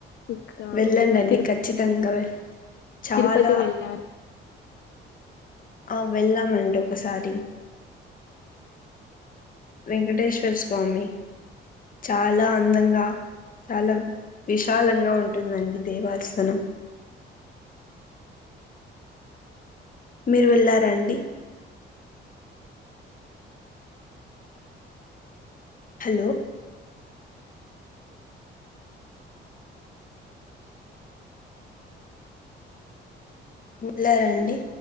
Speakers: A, on the left (about 65°); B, on the left (about 45°).
A: ఇంకా
B: వెళ్ళండండి
A: మీరు తిరు
B: ఖచ్చితంగా చాలా
A: తిరుపతి వెళ్ళారు
B: ఆ వెళ్ళామండి ఒకసారి వెంకటేశ్వర స్వామి చాలా అందంగా చాలా విశాలంగా ఉంటుందండి దేవాసనం మీరు వెళ్ళార అండి హలో వేళ్లారా అండి